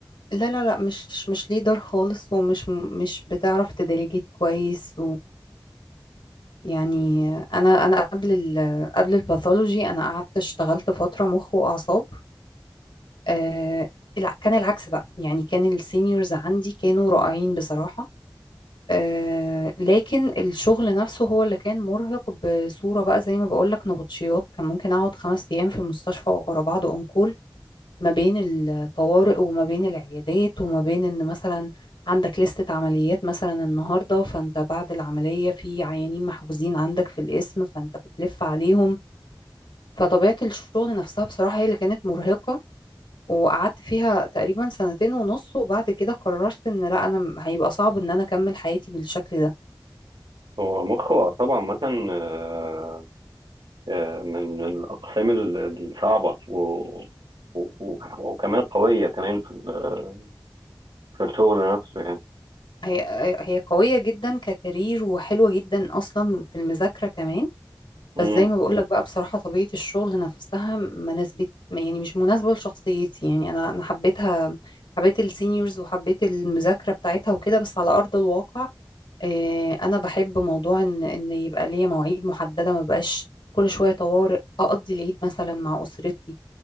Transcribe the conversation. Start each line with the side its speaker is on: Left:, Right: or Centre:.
Left: لا لا لا مش مش ليدر خالص ومش مش بتعرف تديليجيت كويس ويعني انا انا قبل ال قبل الباثولوجي انا قعدت اشتغلت فترة مخ واعصاب آه الع- كان العكس بقى يعني كان السينيورز عندي كانوا رائعين بصراحة آه لكن الشغل نفسه هو اللي كان مرهق بصورة بقى زي ما بقولك نبطشيات كان ممكن أقعد خمس أيام في المستشفى ورا بعض أنكول ما بين الطوارئ وما بين العيادات وما بين إن مثلا عندك لستة عمليات مثلا النهاردة فأنت بعد العملية في عيانين محجوزين عندك في القسم فأنت بتلف عليهم فطبيعة الشغل نفسها بصراحة هي اللي كانت مرهقة وقعدت فيها تقريبا سنتين ونص وبعد كده قررت ان لا انا هيبقى صعب ان انا اكمل حياتي بالشكل ده
Right: هو مخه طبعا مثلا آه، آه، من من الاقسام ال- الصعبه و و- وك- وكمان قويه كمان في ال- في الشغل نفسه يعني
Left: هي هي قوية جدا ككارير وحلوة جدا أصلا في المذاكرة كمان بس
Right: امم
Left: زي ما بقولك بقى بصراحة طبيعة الشغل نفسها ما نسبت يعني مش مناسبة لشخصيتي يعني أنا أنا حبيتها حبيت السينيورز وحبيت المذاكرة بتاعتها وكده بس على أرض الواقع آه، أنا بحب موضوع إن إن يبقى ليا مواعيد محددة ما بقاش كل شوية طوارئ أقضي العيد مثلا مع أسرتي